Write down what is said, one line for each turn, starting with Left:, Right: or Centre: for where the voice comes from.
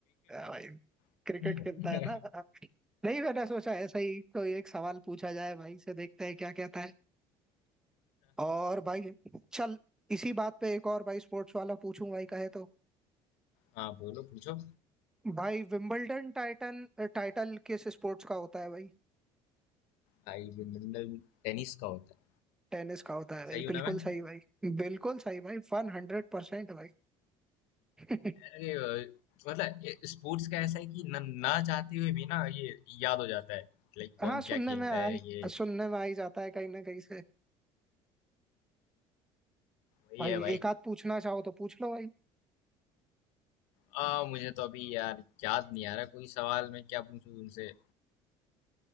Centre: हाँ भाई
Left: क्रिकेट
Centre: क्रिकेट खेलता है ना
Left: <laughs>
Centre: नहीं मैंने सोचा ऐसा ही कोई एक सवाल पूछा जाए भाई से देखते हैं क्या कहता है और भाई चल इसी बात पे एक और भाई स्पोर्ट्स वाला पूछूं भाई कहे तो
Left: हाँ बोलो पूछो
Centre: भाई विंबलडन टाइटन टाइटल किस स्पोर्ट्स का होता है भाई
Left: भाई विंबलडन टेनिस का होता
Centre: टेनिस का होता
Left: है
Centre: है
Left: ऐसा
Centre: भाई
Left: ही होना
Centre: बिल्कुल
Left: मैं
Centre: सही भाई बिल्कुल सही भाई वन हंड्रेड परसेंट भाई <laughs>
Left: अरे अ, मतलब स्पोर्ट्स का ऐसा है कि न, ना चाहते हुए भी ना ये याद हो जाता है लाइक कौन
Centre: हाँ सुनने
Left: क्या खेलता
Centre: में आई
Left: है ये
Centre: सुनने में आ ही जाता है कहीं ना कहीं से
Left: वही
Centre: भाई
Left: है भाई
Centre: एक आध पूछना चाहो तो पूछ लो भाई
Left: आ, मुझे तो अभी यार याद नहीं आ रहा कोई सवाल मैं क्या पूछूं तुमसे